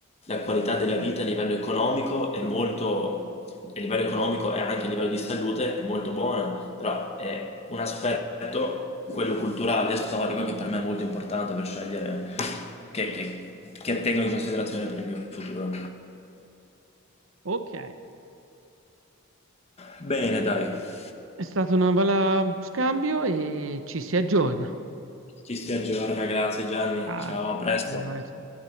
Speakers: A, on the left (about 30°); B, on the right (about 70°).
A: la qualità della vita a livello economico è molto, a livello economico e anche a livello di salute è molto buona, però è un aspetto aspetto, quello culturale e storico, che per me è molto importante per scegliere che, che, che tengo in considerazione per il mio futuro.
B: Ok, è
A: Bene, dai,
B: stato un bel eh, scambio e ci si aggiorna.
A: ci si aggiorna, grazie Gianni,
B: Ah,
A: ciao, a presto.
B: ciao.